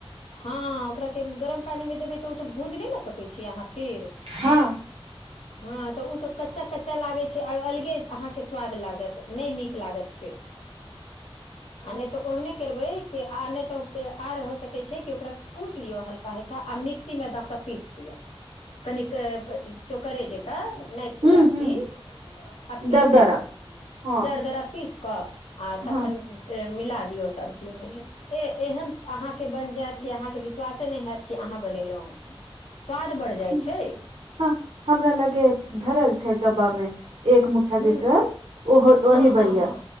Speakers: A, on the left; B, on the right.
A: हँ ओकरा के गरम पानी मे देबे त तो भूंज न सक होइ छिये अहा फिर
B: हँ
A: हाँ उ त कच्चा कच् कच्चा लागै छै आ अलगे अहाँ के स्वाद लागत नय नीक लागत फेर आ
B: हूँ
A: नय तऽ ओहने करबै कि आ नय तऽ आ हो स के ओकरा कूट लियौ हलका हल्का आ मिक्सी मे दऽ कऽ पीस दियऔ कनिक चोकरे जेका नय पूरा
B: हूँ हूँ
A: पी आ पीस
B: दरदरा
A: लियो
B: हँ
A: दर दरा पीस कऽ आ तखन
B: हँ
A: मिला दियौ सब्जी मे ए एहन अहाँके बनि जायत कि अहाँके विश्वासे नय हयैत कि अहाँ बनेलहुँ हे स्वाद बढ़त
B: ठीक
A: जाइ छै
B: हँ हमरा लगे धरल छै डब्बा मे एक मु्ठा
A: ह
B: जैसन ओहो
A: हँ
B: ओहि बढ़िआ
A: हँ हँ